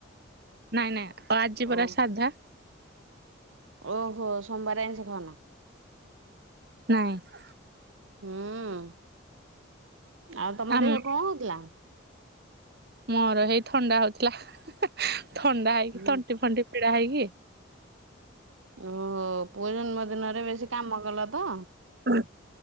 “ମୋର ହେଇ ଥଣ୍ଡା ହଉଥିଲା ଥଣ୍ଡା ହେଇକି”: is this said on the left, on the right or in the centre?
Right